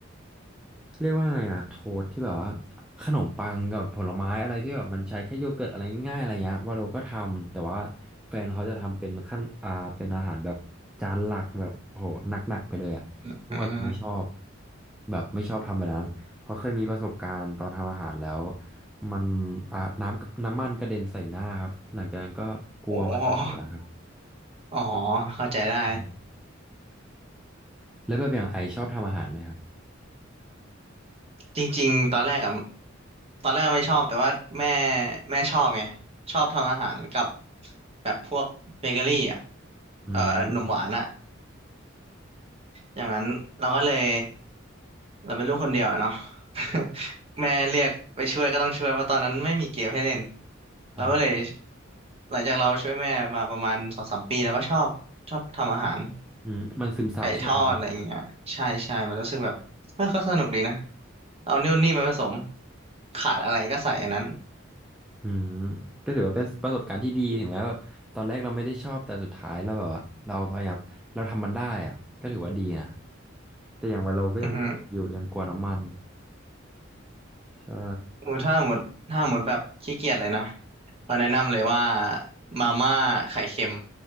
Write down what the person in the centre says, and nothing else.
เรียกว่าไงอะโทสที่แบบว่าขนมปังกับผลไม้อะไรที่แบบมันใช้แค่โยเกิร์ตอะไรง่ายๆอะไรเงี้ยวาโลก็ทำแต่ว่าแฟนเขาจะทำเป็นขั้นอ่าเป็นอาหารแบบจานหลักแบบโหหนักๆไปเลยอะซึ่งวาโลไม่ชอบ
แบบไม่ชอบทำแบบนั้นเพราะเคยมีประสบการณ์ตอนทำอาหารแล้วมันอ่าน้ำกับน้ำมันกระเด็นใส่หน้าครับหลังจากนั้นก็กลัวมา
ก
อืมแล้วแบบอย่างไอชอบทำอาหารไหมครับ
อืม
อ่า
อืมมันซึมซับใช่ไหม
อืมก็ถือว่าเป็นประสบการณ์ที่ดีถึงแม้แบบตอนแรกเราไม่ได้ชอบแต่สุดท้ายเราแบบว่าเราพยายามเราทำมันได้อะก็ถือว่าดีนะแต่อย่างว่าโลก็ยังกลัวอยู่ยังกลัวน้ำมัน
ใช่